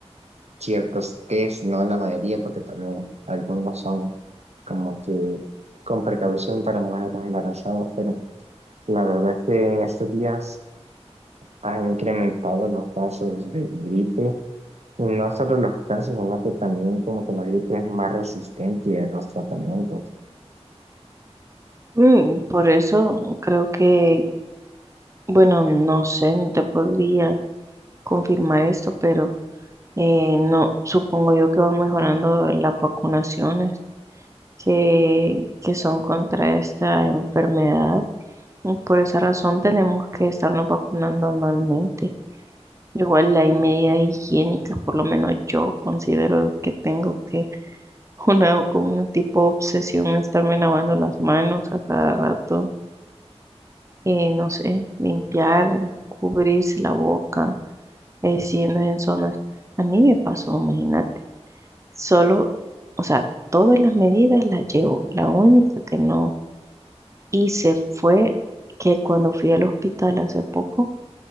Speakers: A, on the right (about 75°); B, on the right (about 25°).
A: ciertos tés, no la mayoría porque también algunos son como que con precaución para mujeres embarazadas, pero la verdad es que en estos días ha incrementado los casos de gripe Y no solo los casos, ¿verdad? Que también como que la gripe es más resistente a los tratamientos.
B: Mm, por eso creo que, bueno, no sé, no te podría confirmar esto, pero eh, no, supongo yo que van mejorando las vacunaciones que, que son contra esta enfermedad. Y por esa razón tenemos que estarnos vacunando anualmente. Igual hay medidas higiénicas, por lo menos yo considero que tengo que <laughs> una como un tipo de obsesión estarme lavando las manos a cada rato, eh, no sé, limpiar, cubrirse la boca, eh, si andas en zonas. A mí me pasó, imagínate. Solo, o sea, todas las medidas las llevo. La única que no Y se fue que cuando fui al hospital hace poco,